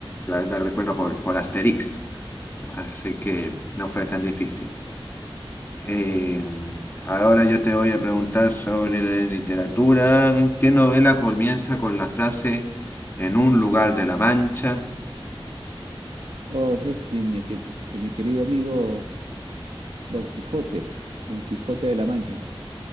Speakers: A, on the left; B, on the right.
A: la verdad recuerdo por, por Asterix, así que no fue tan difícil. Em, ahora yo te voy a preguntar sobre la literatura. ¿Qué novela comienza con la frase en un lugar de la Mancha?
B: Oh, ese es de mi, que- de mi querido amigo Don Quijote, Don Quijote de la Mancha,